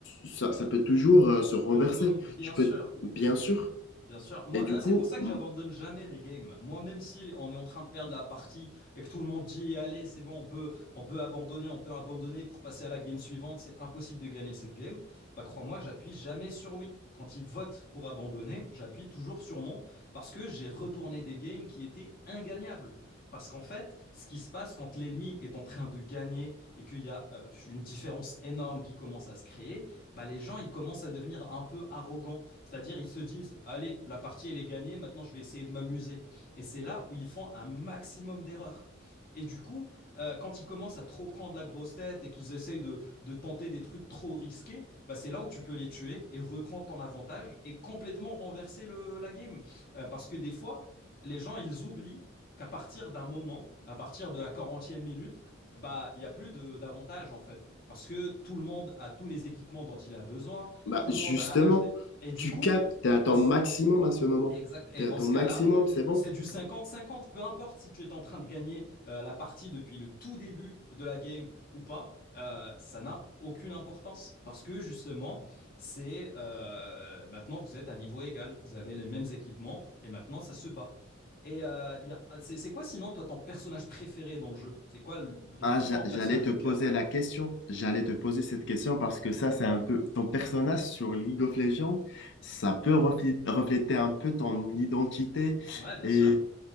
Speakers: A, on the left; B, on the left.
A: ça, ça peut toujours euh, se renverser.
B: Te retourne, bien
A: Tu
B: sûr.
A: peux, bien sûr.
B: Bien sûr. Moi,
A: Et du
B: hein,
A: coup,
B: c'est pour ça
A: m-
B: que j'abandonne jamais les games. Moi, même si on est en train de perdre la partie et que tout le monde dit, allez, c'est bon, on peut, on peut abandonner, on peut abandonner pour passer à la game suivante, c'est impossible de gagner cette game. Bah, crois-moi que j'appuie jamais sur oui. Quand ils votent pour abandonner, j'appuie toujours sur non parce que j'ai retourné des games qui étaient ingagnables. Parce qu'en fait, ce qui se passe quand l'ennemi est en train de gagner et qu'il y a euh, une différence énorme qui commence à se créer, bah, les gens, ils commencent à devenir un peu arrogants c'est-à-dire, ils se disent, allez, la partie, elle est gagnée, maintenant, je vais essayer de m'amuser. Et c'est là où ils font un maximum d'erreurs. Et du coup, euh, quand ils commencent à trop prendre la grosse tête et qu'ils essayent de, de tenter des trucs trop risqués, bah c'est là où tu peux les tuer et reprendre ton avantage et complètement renverser le, la game. Euh, parce que des fois, les gens, ils oublient qu'à partir d'un moment, à partir de la quarantième minute, bah il n'y a plus de- d'avantage en fait. Parce que tout le monde a tous les équipements dont il a besoin,
A: bah,
B: tout
A: justement,
B: le monde a acheté. Et du
A: tu
B: coup,
A: captes, tu es à ton
B: bah, c'est-
A: maximum à ce moment.
B: exact. Et
A: Tu es
B: dans
A: à ton
B: ce
A: maximum,
B: cas-là,
A: c'est bon.
B: c'est du 50-50. Peu importe si tu es en train de gagner euh, la partie depuis le tout début de la game ou pas, euh, ça n'a aucune importance. Parce que justement, c'est euh, maintenant vous êtes à niveau égal. Vous avez les mêmes équipements et maintenant ça se bat. Et euh, il y a- c'est c'est quoi sinon toi ton personnage préféré dans le jeu? C'est quoi le- vraiment
A: Ah, j'a-
B: ton personnage
A: j'allais te
B: de
A: poser
B: cœur?
A: la question. J'allais te poser cette question parce que ça, c'est un peu ton personnage sur League of Legends, ça peut reflé- refléter un peu ton identité
B: Ouais, bien
A: et,
B: sûr.